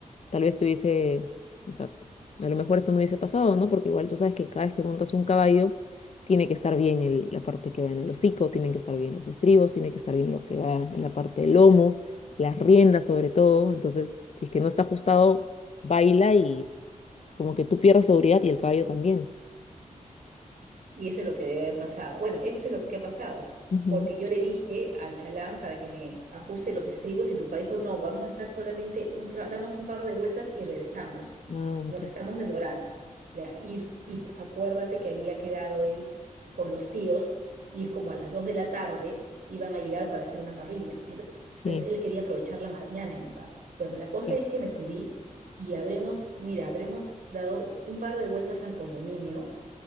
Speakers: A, on the left (about 55°); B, on the right (about 80°).
A: tal vez tuviese, o sea, a lo mejor esto no hubiese pasado, ¿no? Porque igual tú sabes que cada vez que montas un caballo, tiene que estar bien el- la parte que va en el hocico, tienen que estar bien los estribos, tiene que estar bien lo que va en la parte del lomo, las riendas sobre todo. Entonces, si es que no está ajustado, baila y como que tú pierdes seguridad y el caballo también.
B: Y eso es lo que debe haber pasado. Bueno, eso es lo que ha pasado,
A: Ujú.
B: porque yo le dije al chalán para que me ajuste los estribos y tu papá dijo, no, vamos a estar solamente un rato, damos un par de vueltas y regresamos.
A: Ah,
B: Nos
A: ok.
B: estamos demorando. Ya, ir, y acuérdate que había quedado él con los tíos, ir como a las 2 de la tarde, iban a llegar para hacer una parrilla. Entonces
A: Sí.
B: él quería aprovechar la mañana y montar. Bueno, la cosa
A: Claro.
B: es que me subí y habremos, mira, habremos dado un par de vueltas al condominio